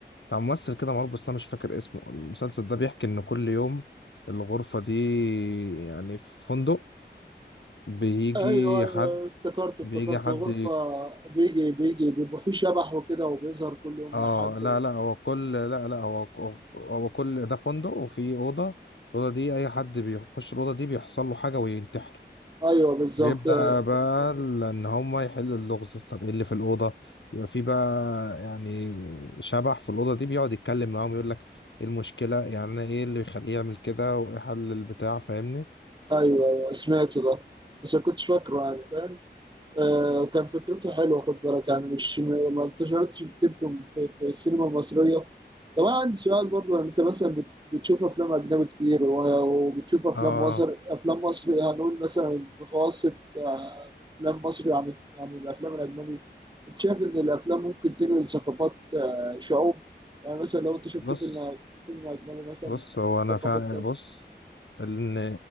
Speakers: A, on the left; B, on the right.
A: بتاع ممثل كده معروف بس أنا مش فاكر اسمه المسلسل ده بيحكي إن كل يوم الغرفة دي يعني في فندق بيجي
B: ايوه ايوه
A: حد
B: افتكرت افتكرت
A: بيجي حد
B: غرفة بيجي بيجي بيبقى فيه شبح وكده وبيظهر كل يوم
A: اه
B: لحد
A: لا
B: و...
A: لا هو كل لا لا هو هو كل ده فندق وفي أوضة الأوضة دي أي حد بيخش الأوضة دي بيحصل له حاجة وينتحر
B: ايوه بالظبط
A: بيبدأ
B: ايوه
A: بقى ال- ان هما يحلوا اللغز طب ايه اللي في الأوضة يبقى في بقى يعني شبح في الأوضة دي بيقعد يتكلم معاهم يقول لك ايه المشكلة يعني ايه اللي يخليه يعمل كده وايه حل البتاع فاهمني
B: ايوه سمعت ده بس ما كنتش فاكره يعني فاهم آه، كان فكرته حلوه خد بالك يعني مش ما ما انتشرتش بتبكم في في السينما المصريه طب انا عندي سؤال برضه انت مثلا بت- بتشوف افلام اجنبي كتير و- وبتشوف افلام
A: اه
B: مصر افلام مصري هنقول مثلا متوسط آه، افلام مصري عن عن الافلام الاجنبي انت شايف ان الافلام ممكن تنقل ثقافات آه، شعوب يعني مثلا لو انت شفت
A: بص
B: فيلم فيلم اجنبي مثلا
A: بص هو انا
B: ثقافه
A: فا
B: كذا
A: بص ان